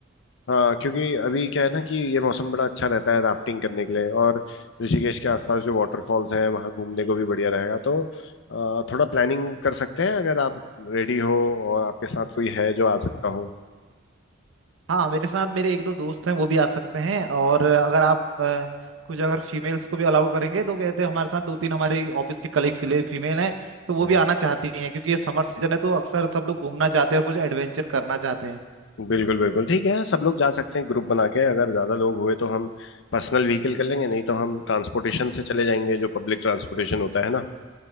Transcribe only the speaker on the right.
हाँ मेरे साथ मेरे एक दो दोस्त हैं वो भी आ सकते हैं और अगर आप अ, कुछ अगर फीमेल्स को भी अलाउ करेंगे तो कहते हैं हमारे साथ दो तीन हमारे ऑफिस के कलीग फीमेल हैं तो वो
भी आना चाहती हैं क्योंकि ये समर सीजन है तो अक्सर सब लोग घूमना चाहते हैं और कुछ एडवेंचर करना चाहते हैं